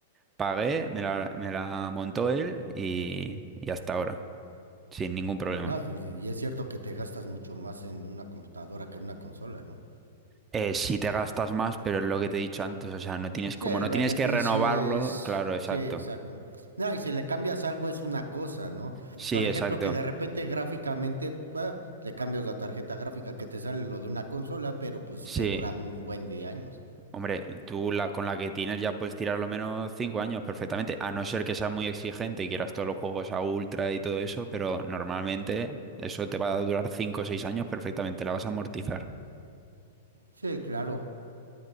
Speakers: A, on the right; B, on the right.
A: Pagué, me la, me la montó él y, y hasta ahora, sin ningún problema.
B: No, y es cierto que te gastas mucho más en una computadora que en una consola, ¿no?
A: Eh, si te gastas más, pero es lo que te he dicho antes, o sea, no tienes,
B: Sí,
A: como
B: el
A: no
B: beneficio
A: tienes que renovarlo,
B: es...
A: claro, exacto.
B: Sí, exacto. No, y si le cambias algo es una cosa, ¿no?
A: Sí,
B: Por ejemplo,
A: exacto.
B: que de repente gráficamente bah, le cambias la tarjeta gráfica que te sale lo de una consola, pero pues
A: Sí,
B: te dura un buen de años.
A: hombre, tú la, con la que tienes ya puedes tirar lo menos cinco años perfectamente, a no ser que seas muy exigente y quieras todos los juegos a ultra y todo eso, pero normalmente eso te va a durar cinco o seis años perfectamente, la vas a amortizar.
B: Sí, claro.